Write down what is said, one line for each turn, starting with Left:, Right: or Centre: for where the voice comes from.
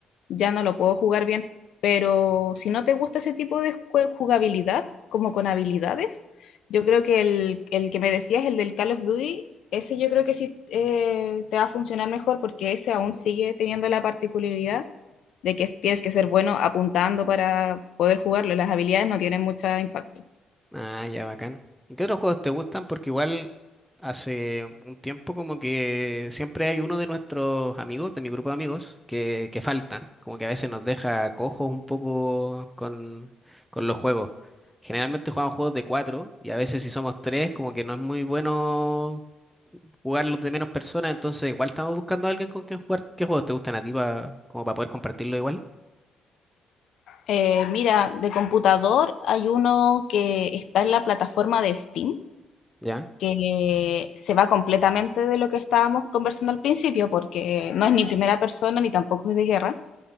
Left: ya no lo puedo jugar bien, pero si no te gusta ese tipo de jue- jugabilidad, como con habilidades, yo creo que el, el que me decías, el del Call of Duty, ese yo creo que sí eh, te va a funcionar mejor porque ese aún sigue teniendo la particularidad de que tienes que ser bueno apuntando para poder jugarlo. Las habilidades no tienen mucho impacto.
Centre: Ah, ya bacán. ¿Y qué otros juegos te gustan? Porque igual hace un tiempo como que siempre hay uno de nuestros amigos, de mi grupo de amigos, que, que falta. Como que a veces nos deja cojos un poco con, con los juegos. Generalmente jugamos juegos de cuatro y a veces si somos tres como que no es muy bueno jugarlos de menos personas, entonces igual estamos buscando a alguien con quien jugar. ¿Qué juegos te gustan a ti pa- como para poder compartirlo igual?
Left: Eh, mira, de computador hay uno que está en la plataforma de Steam,
Centre: Ya,
Left: que se va completamente de lo que estábamos conversando al principio, porque no es ni primera persona ni tampoco es de guerra.